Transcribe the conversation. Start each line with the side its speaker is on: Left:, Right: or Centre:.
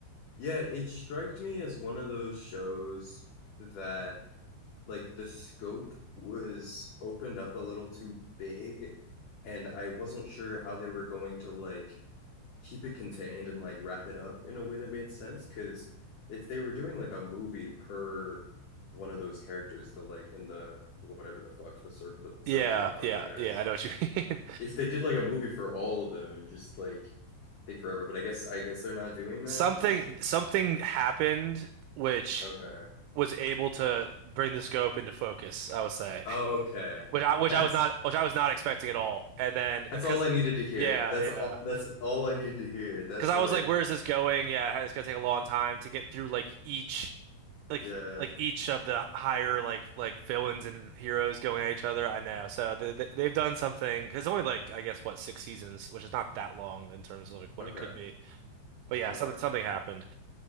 Left: Yeah, it struck me as one of those shows that like the scope was opened up a little too big, and I wasn't sure how they were going to like keep it contained and like wrap it up in a way that made sense. Because if they were doing like a movie per one of those characters, the like in the whatever the fuck the circle the circle
Right: Yeah,
Left: of powerful
Right: yeah,
Left: guys,
Right: yeah. I know what you <laughs> mean.
Left: if they did like a movie for all of them, it'd just like take forever. But I guess I guess they're not doing that.
Right: Something
Left: Which
Right: something happened which
Left: okay.
Right: was able to bring the scope into focus. I would say,
Left: Okay.
Right: which I which
Left: That's
Right: I was not which I was not expecting at all. And then
Left: that's
Right: because
Left: all I needed to hear.
Right: yeah,
Left: That's
Right: yeah.
Left: all that's all I need to hear. That's
Right: Because I
Left: like,
Right: was like, where is this going? Yeah, it's gonna take a long time to get through like each, like
Left: yeah.
Right: like each of the higher like like villains and heroes going at each other. I know, so they, they- they've done something. It's only like I guess what six seasons, which is not that long in terms of like what
Left: Okay.
Right: it could be. But yeah,
Left: Okay.
Right: something something happened.